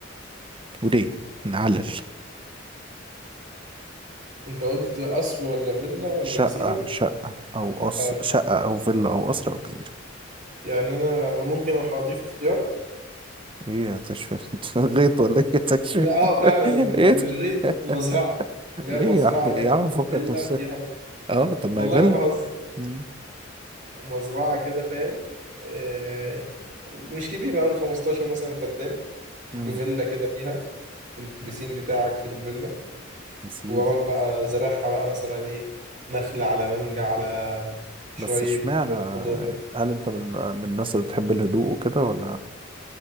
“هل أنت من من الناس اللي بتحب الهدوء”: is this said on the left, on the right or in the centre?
Right